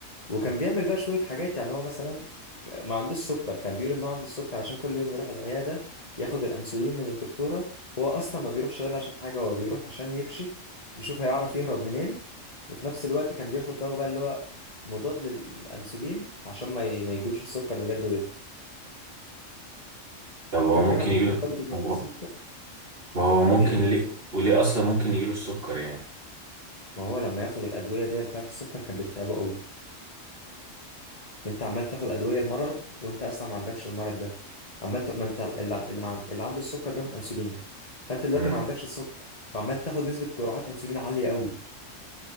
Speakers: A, on the left; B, on the right.
A: وكان
B: مم.
A: بيعمل بقى شوية حاجات يعني هو مثلا ما عندوش سكر كان بيقول ان هو عنده السكر عشان كل يوم يروح العيادة ياخد الأنسولين من الدكتورة هو أصلا ما بيروحش العيادة عشان حاجة هو بيروح عشان يكشف يشوف هيعرف يهرب منين وفي نفس الوقت كان بياخد دواء بقى اللي هو مضاد للأنسولين عشان ما ي- ما يجيلوش السكر بجد ويضرب
B: طب هو
A: كان
B: ممكن
A: بيعمل
B: يجيله
A: حاجات برضه
B: هو-
A: بسيطة
B: وهو
A: ممكن
B: ممكن
A: ايه
B: ليه وليه اصلا ممكن يجيله السكر يعني
A: ما هو لما ياخد الأدوية دي بتاعة السكر كانت بتتعبه قوي انت عمال تاخد ادويه المرض وانت اصلا ما عندكش المرض ده عمال ت- ما انت اللي اللي, مع... اللي عنده السكر بياخد انسولين فانت دلوقتي
B: امم
A: ما عندكش السكر وعمال تاخد نسبه جرعات انسولين عاليه قوي